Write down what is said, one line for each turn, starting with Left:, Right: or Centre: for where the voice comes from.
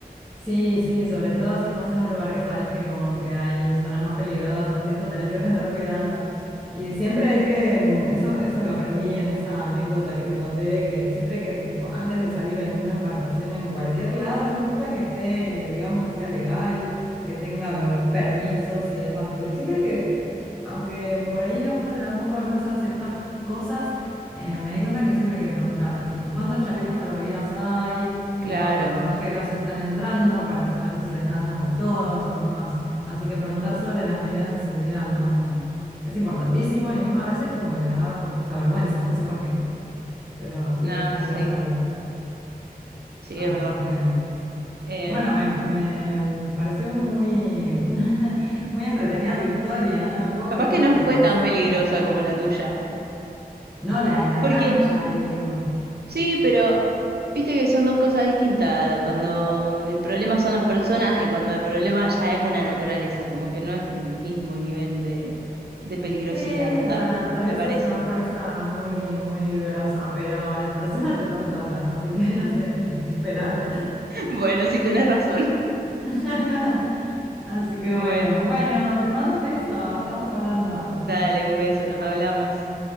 Centre: Sí, sí, sobre todo si estás en un lugar que sabes que como que hay zonas más peligrosas y eso tenés que tener cuidado. Y siempre hay que, mm, eso, eso lo aprendí en esa anécdota que te conté, que siempre que, tipo, antes de salir en una embarcación en cualquier lado, no importa que esté, digamos, que sea legal, que tenga como los permisos y demás, pero siempre que aunque por ahí a uno le da un poco de vergüenza ciertas cosas, eh, me di cuenta que siempre hay que preguntar, ¿y cuántos chalecos salvavidas hay?
Right: Claro.
Centre: Eh, ¿cuántos pasajeros están entrando para saber si alcanza para todos y demás? Así que preguntar sobre las medidas de seguridad, ¿no? Como es importantísimo y uno a veces como que le da como hasta vergüenza, no sé por qué, pero sí,
Right: Ah,
Centre: hay
Right: sí,
Centre: que hacerlo.
Right: sí,
Centre: Así
Right: es verdad.
Centre: que,
Right: Eh,
Centre: bueno, me, me pareció muy, <laughs> muy entretenida tu historia, no me puedo
Right: capaz
Centre: creer
Right: que
Centre: lo
Right: no
Centre: que te
Right: fue
Centre: pasó.
Right: tan peligrosa como la tuya,
Centre: No, la de la
Right: porque
Centre: cancha, digo.
Right: Sí, pero viste que son dos cosas distintas. Cuando el problema son las personas y cuando el problema ya es una naturaleza, como que no es el mismo nivel de, de peligrosidad.
Centre: Sí,
Right: Ah,
Centre: la naturaleza
Right: me parece.
Centre: es una fuerza muy, muy grosa, pero las personas <laughs> están locas, así que no sé qué esperar.
Right: <laughs> Bueno, sí, tenés razón. <laughs>
Centre: <laughs> Así que
Right: Bueno,
Centre: bueno, bueno, te mando un beso, estamos hablando.
Right: dale un beso, nos hablamos.